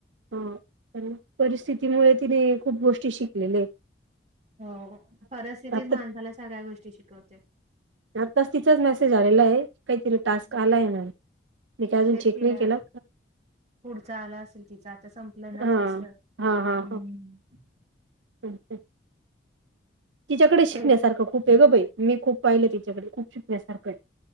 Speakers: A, on the right; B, on the right.
A: ह परिस्थितीमुळे तिने खूप गोष्टी शिकलेल्या आहेत.
B: हो परस्थितीतीचं
A: आ आता
B: माणसाला सगळ्या गोष्टी शिकवते.
A: आताच तिचाच मेसेज आलेला आहे काहीतरी टास्क
B: हं.
A: आलाय मी काय अजून
B: तेच
A: चेक
B: तिला
A: नाही केलं
B: पुढचा आला असेल तिचा आता संपलं ना
A: हा
B: जस्ट हम्म.
A: हा हा <inaudible> तिच्याकडे शिकण्यासारखं
B: ते
A: खूप आहे गं बाई मी खूप पाहिलं तिच्याकडे खूप शिकण्यासारखं हाय